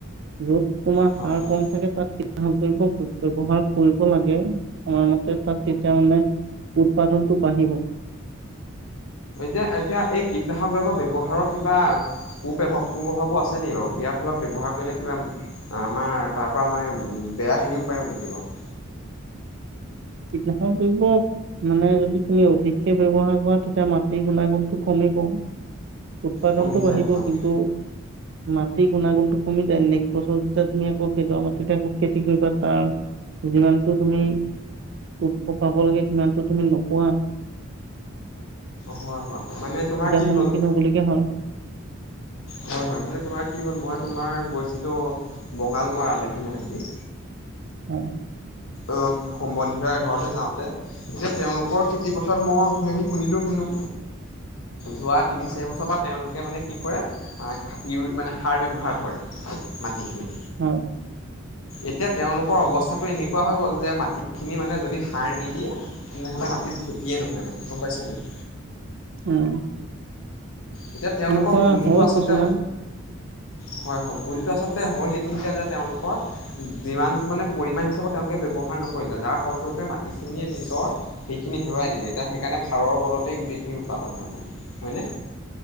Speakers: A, on the right; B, on the left.
A: য'ত তোমাৰ
B: হয়
A: সাৰ
B: হয়
A: কম থাকে তাত কীট গ কৰিব ব্যৱহাৰ কৰিব লাগে সময়মতে তাত তেতিয়া মানে উৎপাদনটো বাঢ়িব।
B: যে, এতিয়া এই কীটনাশক দ্ৰব্যৰ ব্যৱহাৰৰ কিবা কুপ্ৰভাৱ কুপ্ৰভাৱো আছে নেকি বাৰু? ইয়াৰ ফলত ব্যৱহাৰ কৰিলে কিবা আমাৰ তাৰ পৰা আমাৰ বেয়া হেয়িও পায়ো নেকি বাৰু
A: কীটনাশক কৰিব মানে যদি তুমি অধিককে ব্যৱহাৰ কৰা তেতিয়া মাটিৰ গুণাগুণটো কমিব। উৎপাদনতটো
B: কমি
A: বাঢ়িব
B: যায় হয়
A: কিন্তু মাটিৰ গুণাগুণটো কমি যায়, নেক্সট বছৰ যেতিয়া তুমি আকৌ খেদোৱা মাটিতে আকৌ খেতি কৰিবা তাৰ যিমানটো তুমি উৎস পাব লাগে সিমানটো তুমি নপোৱা।
B: হয়, হয়, হয়। মানে তোমাৰ কি
A: সন্মুখীন
B: হ'ল,
A: হবলগীয়া হয়
B: হয়, হয় মানে তোমাৰ কি হ'ল, মই তোমাৰ গৈছিলো বঙাল মৰালে সিনাখনি
A: উম।
B: অ', সম্বন্ধীয় এঘৰলৈ যাওঁতে এতিয়া তেওঁলোকৰ খেতি পথাৰত মই সি শুনিলো হেনো যোৱা তিনি চাৰি বছৰ পৰা তেওঁলোকে মানে কি কৰে আ ইউ মানে সাৰ ব্যৱহাৰ কৰে মাটিখিনিত।
A: হয়।
B: এতিয়া তেওঁলোকৰ অৱস্থাটো এনেকুৱা হৈ গ'ল যে, মাটিখিনি মানে যদি সাৰ নিদিয়ে তেনেহ'লে মাটিত খেতিয়ে নহয় মানে গম পাইছা নে নাই?
A: উম।
B: এতিয়া তেওঁলোকৰ
A: এনেকুৱা
B: ভুলটো
A: হয়,
B: আচলতে
A: কিছুমান।
B: হয়, হ ভুলটো আচল তে হ'ল, এইখিনিতে যে, তেওঁলোকৰ, যিমানটো মানে পৰিমাণ হিচাপত তেওঁলোকে ব্যৱহাৰ নকৰিলে যাৰ ফলস্বৰূপে মাটিখিনিয়ে নিজৰ হেইখিনি হেৰুৱাই দিলে এতিয়া হেইকাৰণে ফাৰৰ বলতেই গোটেইখিনি উৎপাদন হয় মানে হয়নে?